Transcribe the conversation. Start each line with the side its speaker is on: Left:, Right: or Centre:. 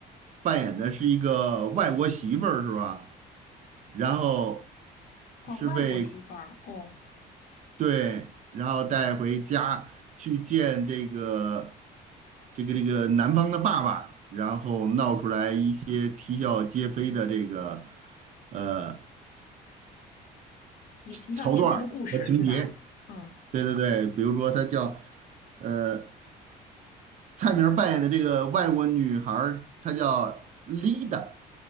Right: 扮演的是一个外国媳妇儿，是吧？然后
Left: 哦，
Right: 是被
Left: 外国媳妇儿，哦，
Right: 对，然后带回家去见这个这个这个男方的爸爸，然后闹出来一些啼笑皆非的这个呃
Left: 一一条街飞的故事，
Right: 桥段儿和情节。
Left: 对吧？嗯，
Right: 对对对，比如说他叫。呃。蔡明儿扮演的这个外国女孩儿她叫 Lida，